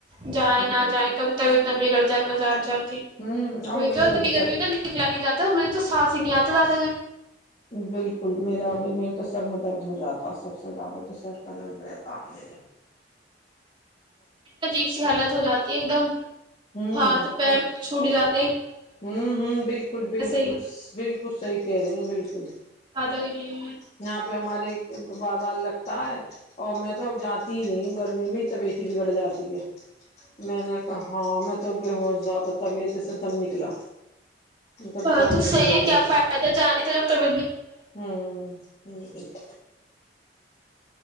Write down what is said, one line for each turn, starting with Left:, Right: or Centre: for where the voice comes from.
Right: <unintelligible> جائیں
Left: بالکل
Right: نہ جائیں کبھی تبھی اتنا بگڑ جائے بازار جا
Left: ہوں اور میں
Right: چ ت
Left: تو
Right: نگر
Left: در
Right: تو نکلنی جات <unintelligible> میرے تو ساتس ہی نہیں آتا تھا
Left: بالکل میرا بھی میں تو سر میں درد ہو جاتا ہے سب سے زیادہ تو سر کا درد رہتا ہےدے
Right: عجیب سی حالت ہو جاتی ہے ایک دم
Left: ہوں
Right: ہاں تو پیر چھوٹ جاتا
Left: ہوں ہوں بالکل بالکل
Right: ہی
Left: بالکل صحی کہہ رہی ہ بالکل
Right: زیادہ گری ہوئی ہے۔
Left: یہاں پہ ہمارے بازار لگتا ہے اور میں توب جاتی نہیں گرمی میں توبیت بڑ جاتے میں نے کہ ہاں میں تو بہت زیادہ طویت جیسے دم نکلا تب
Right: ہاں
Left: جانا
Right: تو
Left: ہی چھوڑ
Right: صحیح ہے
Left: دیا
Right: کیا فائدہ جانے تے جب تم
Left: ہوں ج <unintelligible>